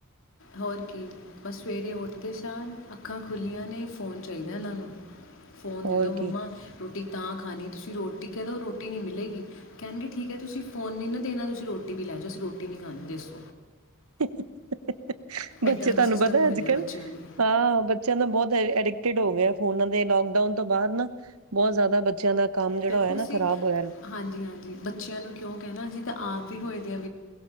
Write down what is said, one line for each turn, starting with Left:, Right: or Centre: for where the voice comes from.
Left: ਹੋਰ ਕੀ ਬਸ ਸਵੇਰੇ ਉੱਠਦੇ ਸਾਂ ਅੱਖਾਂ ਖੁੱਲ੍ਹੀਆਂ ਨੇ, ਫ਼ੋਨ ਚਾਹੀਦਾ ਇਹਨਾਂ ਨੂੰ। ਫ਼ੋਨ
Right: ਹੋਰ
Left: ਦੇ ਦਿਉ ਮੰਮਾ
Right: ਕੀ
Left: ਰੋਟੀ ਤਾਂ ਖਣੀ ਤੁਸੀਂ ਰੋਟੀ ਠੀਕ ਹੈ। ਤਾਂ ਉਹ ਰੋਟੀ ਨਹੀਂ ਮਿਲੇਗੀ ਕਹਿਣਗੇ ਠੀਕ ਹੈ। ਤੁਸੀਂ ਫੋਨ ਨਹੀਂ ਨਾ ਦੇਣਾ ਤੁਸੀਂ ਰੋਟੀ ਵੀ ਲੈ ਜਾਉ ਅਸੀਂ ਰੋਟੀ ਵੀ ਨਹੀਂ ਖਾਦੇ ਦੱਸੋ।
Right: <unintelligible> ਬੱਚੇ
Left: ਇੱਦਾਂ
Right: ਤੁਹਾਨੂੰ
Left: ਦੇ ਸਿਸਟਮ
Right: ਪਤਾ
Left: ਹੋਏ
Right: ਅੱਜ
Left: ਦੇ ਆ
Right: ਕੱਲ੍ਹ
Left: ਬੱਚਿਆਂ ਦੇ
Right: ਹਾਂ ਬੱਚਿਆਂ ਦਾ ਬਹੁਤ ਅਡਿਕਟਡ ਹੋ ਗਿਆ। ਉਹਨਾਂ ਦੇ ਲੋਕਡਾਊਨ ਤੋਂ ਬਾਅਦ ਨਾ ਬਹੁਤ ਜ਼ਿਆਦਾ ਬੱਚਿਆਂ ਦਾ ਕੰਮ ਜਿਹੜਾ
Left: ਦੇਖੋ
Right: ਹੋਇਆ
Left: ਸੀ
Right: ਨਾ ਖ਼ਰਾਬ ਹੋਇਆ
Left: ਹਾਂਜੀ ਹਾਂਜੀ ਬੱਚਿਆਂ ਨੂੰ ਕਿਉਂ ਕਹਿਣਾ ਸੀ ਤਾਂ ਆਪ ਵੀ ਹੋਏ ਦੀਆਂ।